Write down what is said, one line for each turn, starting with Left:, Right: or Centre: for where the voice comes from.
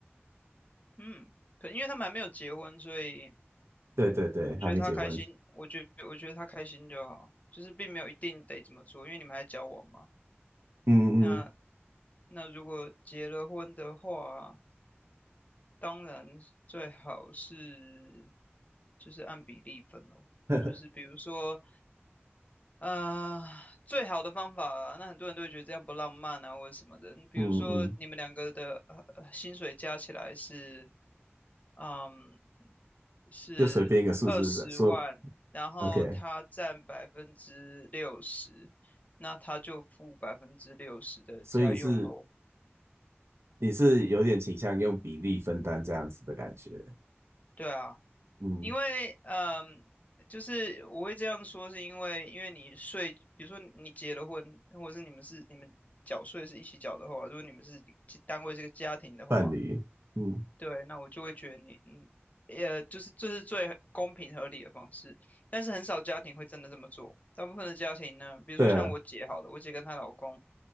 Left: 嗯，可因为他们还没有结婚，所以
Right: 对对对，
Left: 我觉得他开心，
Right: 还没结婚。
Left: 我觉得我觉得他开心就好，就是并没有一定得怎么做，因为你们还交往嘛。
Right: 嗯嗯
Left: 那那如果结了婚的话，当然最好是就是按比例分哦，
Right: <laughs>
Left: 就是比如说呃，最好的方法啊，那很多人都会觉得这样不浪漫啊，或者什么的。比如说，
Right: 嗯嗯，
Left: 你们两个的呃呃薪水加起来是，嗯，是二十万，
Right: 就随便一个数字说
Left: 然后他占百分之六十，
Right: ，OK。
Left: 那他就付百分之六十的家用喽。
Right: 所以你是你是有点倾向用比例分担这样子的感觉。
Left: 对啊，
Right: 嗯，
Left: 因为嗯，就是我会这样说，是因为因为你税，比如说你结了婚，或者是你们是你们缴税是一起缴的话，如果你们是单位是个家庭的话，
Right: 伴侣。嗯，
Left: 对，那我就会觉得你，嗯，也就是这是最公平合理的方式，但是很少家庭会真的这么做。大部分的家庭呢，比如说像我姐好了，
Right: 对啊。
Left: 我姐跟她老公，